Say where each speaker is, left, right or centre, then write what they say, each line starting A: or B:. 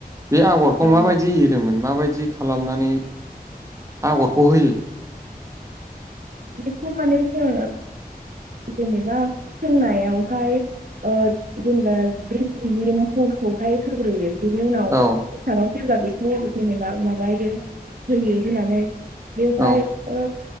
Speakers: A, on the right; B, on the right.
A: बे आगरखौ
B: औ
A: माबायदि एरोमोन माबायदि जि खालामनानै आगरखौ होयो
B: बेखौ माने जों जेनेबा सोंनायावहाय ओ जेनेबा बे जिनि महरखौहाय होग्रोयो बिनि उनाव
A: औ
B: <inaudible> सोरबा बेखौ जेनेबा माबायो होयो होनानै बेवहाय
A: औ
B: ओ